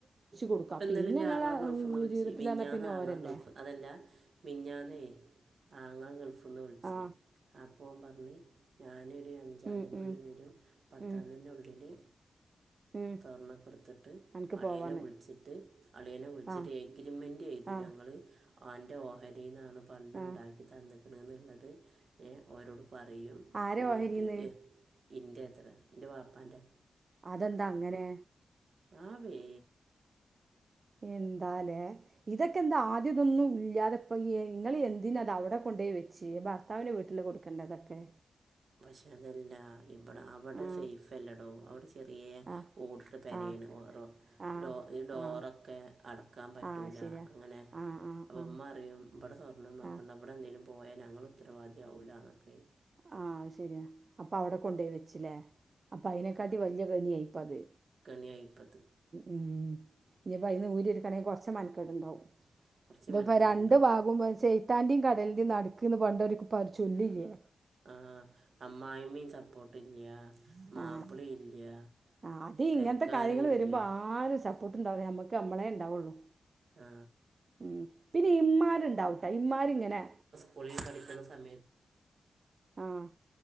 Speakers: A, on the right; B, on the right.
A: കൊടുക്കാം
B: ഇപ്പെന്നലെന്റെ
A: പിന്നെ നിങ്ങളെ
B: ആങ്ങള ഗൾഫ്ന്ന് വിളിച്ച്
A: ജീവിതത്തിൽ
B: മിഞ്ഞാന്നാങ്ങള
A: പറഞ്ഞാൽ പിന്നെ ഓരല്ലേ
B: ഗൾഫ്- അതല്ല മിഞാന്നേ ആങ്ങള ഗൾഫ് ന്ന് വിളിച്ച്
A: ആ
B: അപ്പോൻ പറഞ്ഞ് ഞാനൊരു അഞ്ചാംതി്ന്റുള്ളിൽ
A: ഉം ഉം
B: വരും പത്താംതിന്റുള്ളില്
A: ഉം ഉം
B: സ്വർണക്കട് ത്ത്ട്ട്
A: അനക്ക്
B: അളിയനെ
A: പോവാന്ന്
B: വിളിച്ചിട്ട് അളിയനെ വിളിച്ചിട്ട്
A: ആ
B: എഗ്രിമെൻറ് എഴ്തും
A: ആ
B: ഞങ്ങള് അൻ്റെ ഓഹരീന്നാണ് പണ്ടണ്ടാക്കി
A: ആ
B: തന്ന്ക്കണേന്നുള്ളത് ഓരോട് പറയും
A: ആരാ
B: ഇന്ന്ട്ട്
A: ഓഹരിന്ന്
B: ഇന്റെത്ര ഇന്റെ വാപ്പാന്റെ
A: അതെന്താ അങ്ങനെ?
B: ആവേ
A: എന്താലെ ഇതൊക്കെന്താ ആദ്യതൊന്നും ഇല്ലാതെ ഇ പ്പൊയേ ഇങ്ങളെ എന്തിനത് അവിടെ കൊണ്ടോയി വെച്ച് ഭർത്താവിന്റെ വീട്ടില് കൊടുക്കേണ്ടതൊക്കെ?
B: പക്ഷേ അതല്ല ഇവിടെ അവടെ
A: ആ
B: സേഫല്ലടോ അവിടെ ചെറിയ
A: ആ
B: ഓടിട്ട് പെരേണ്
A: ആ
B: ഓരോ
A: ആ
B: ഡോ ഈ ഡോറൊക്കെ
A: ആ
B: അടക്കാൻ പറ്റൂല
A: ആ ശരിയാ
B: അങ്ങനെ
A: ആ ആ
B: അപ്പമ്മറിം
A: ആ
B: ഇബടെ സ്വർണ്ണം വെക്കണ്ട
A: ആ
B: ഇബടെന്തേങ്കിലും പോയാ ഞങ്ങള് ഉത്തരവാദിയാവൂല്ലന്നൊക്കെ
A: ആ അഹ്ശരിയാ അപ്പവിടെ കൊണ്ടോയി വെച്ചില്ലേ? അപ്പയിനെക്കാട്ടി വല്ല്യ കെണിയായിപ്പത്
B: കെണിയായിപ്പത്
A: ഉംഉ ഇഞ്പ്പയിന്ന് ഊരിയെട്ക്കണെങ്കി കൊറച്ച് മെൻക്കട്ണ്ടാവും
B: കുറച്ച്
A: ഇത്പ്പ
B: മെനക്കറുണ്ട്
A: രണ്ട് ഭാഗവും ചെയ്ത്താന്റിം കടലിന്റിം നട്ക്ക്ന്ന് പണ്ടൊരു പറഞ്ചൊല്ലില്ലേ?
B: ആഹ് അമ്മായിമ്മിം സ പ്പോട്ടില്ല മാപ്പിളില്ല്യ
A: ആ ആ അത്
B: പെരക്കാരുല്ല്യ
A: ഇങ്ങനത്തെ കാര്യങ്ങൾ വരുമ്പോ ആരും സപ്പോട്ട്ണ്ടാവൂല നമ്മക്ക് നമ്മളേണ്ടാവൊള്ളു
B: ആ
A: ഉം പിന്നെയിമ്മാര്ണ്ടാവുട്ടെ ഇമ്മാരിങ്ങനെ
B: സ്ക്കൂളി പഠിക്കുന്ന സമയത്ത്
A: ആഹ്